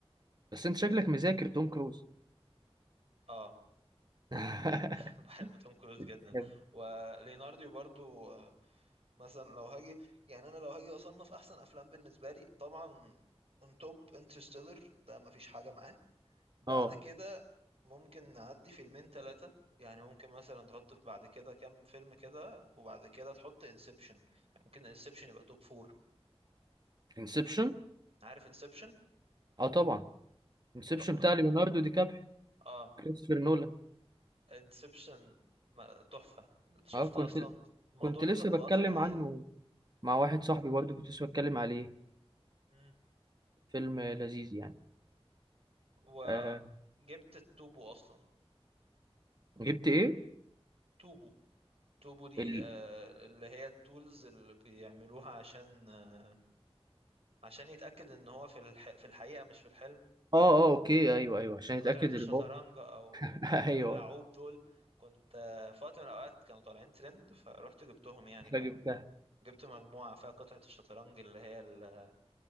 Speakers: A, on the right (about 40°); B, on the right (about 70°).
A: بس انت شكلك مذاكر توم كروز
B: اه
A: <laughs>
B: <laughs> بحب توم كروز
A: بتحبه
B: جدا وليناردو برضو آه، مثلا لو هاجي يعني انا لو هاجي اصنف احسن افلام بالنسبه لي طبعا اون توب انترستيلر ده مفيش حاجه معاه بعد
A: اه
B: كده ممكن نعدي فيلمين ثلاثه يعني ممكن مثلا تحط في بعد كده كام فيلم كده وبعد كده تحط انسبشن يعني ممكن انسبشن يبقى توب فور
A: انسبشن
B: عارف انسبشن
A: اه طبعا انسبشن
B: تحفه
A: بتاع ليوناردو دي كابريو
B: اه
A: كريستوفر نولان
B: انسبشن تحفة شفت
A: اه كنت
B: اصلا الموضوع
A: كنت
B: ليه
A: لسه
B: تطبيقات
A: بتكلم
B: في الحقيقة
A: عنه مع واحد صاحبي برضه كنت لسه بتكلم عليه
B: مم.
A: فيلم لذيذ يعني
B: وجبت
A: آه
B: التوبو اصلا
A: جبت ايه
B: توبو توبو دي
A: ال...
B: آه، اللي هي التولز اللي بيعملوها عشان آه، عشان يتأكد ان هو في الح... في الحقيقة مش في الحلم
A: اه اه اوكي ايوه ايوه عشان اتاكد
B: قطعة الشطرنج
A: اللي هو
B: او
A: <laughs> ايوه
B: اللعوب دول كنت آه، في وقت من الاوقات كانوا طالعين ترند فروحت جبتهم يعني كان
A: فجبتها
B: جبت مجموعة فيها قطعة الشطرنج اللي هي ال...